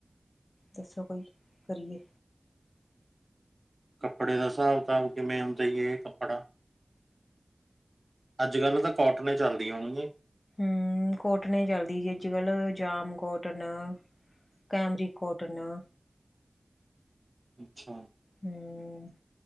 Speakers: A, on the left; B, on the right.
A: ਦੱਸੋ ਕੋਈ ਕਰੀਏ?
B: ਕੱਪੜੇ ਦਾ ਹਿਸਾਬ ਕਿਤਾਬ ਕਿਵੇਂ ਹੁੰਦਾ ਏ ਕੱਪੜਾ? ਅੱਜ ਕੱਲ੍ਹ ਤਾਂ ਕੋਟਨਾ ਚੱਲਦੀਆਂ ਹੋਣਗੀਆਂ ਨੀ।
A: ਹੂੰ। ਕੋਟਨ ਈ ਚਲਦੀ ਜੀ। ਅੱਜ ਕਲ ਜਾਮ ਕੋਟਨ। Camry cotton.
B: ਅੱਛਾ।
A: ਹੂੰ।